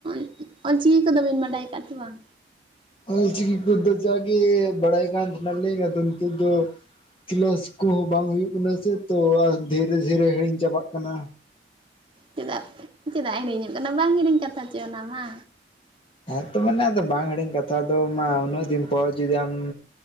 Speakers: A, on the right (about 30°); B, on the left (about 30°).
A: <unintelligible> ᱚᱞᱪᱤᱠᱤ ᱠᱚᱫᱚ ᱵᱮᱱ ᱵᱟᱰᱟᱭ ᱟᱠᱟᱜᱼᱟ ᱥᱮ ᱵᱟᱝ
B: ᱚᱞ ᱪᱤᱠᱤ ᱠᱚ ᱫᱚ ᱡᱟᱜᱮ ᱵᱟᱲᱟᱭ ᱠᱟᱱ ᱛᱟᱦᱮᱱᱟ. ᱞᱤᱧ ᱟᱫᱚ ᱱᱤᱛ ᱫᱚ ᱠᱮᱞᱟᱥ ᱠᱚᱦᱚᱸ ᱵᱟᱝ ᱦᱩᱭᱩᱜ ᱠᱟᱱᱟ ᱥᱮ ᱛᱚ ᱟᱨ ᱫᱷᱤᱨᱮ ᱫᱷᱤᱨᱮ ᱦᱤᱲᱤᱧ ᱪᱟᱵᱟᱜ ᱠᱟᱱᱟ
A: ᱪᱮᱫᱟᱜ ᱪᱮᱫᱟᱜ ᱦᱤᱲᱤᱧᱚᱜ ᱠᱟᱱᱟ ᱵᱟᱝ ᱦᱤᱲᱤᱧ ᱠᱟᱛᱷᱟ ᱪᱚ ᱚᱱᱟ ᱢᱟ
B: ᱦᱮᱸᱛᱚ ᱢᱟᱱᱮ ᱟᱫᱚ ᱵᱟᱝ ᱦᱤᱲᱤᱧ ᱠᱟᱛᱷᱟ ᱫᱚ ᱢᱟ ᱩᱱᱟᱹᱜ ᱫᱤᱱ ᱯᱚᱨ ᱡᱩᱫᱤ ᱟᱢᱻ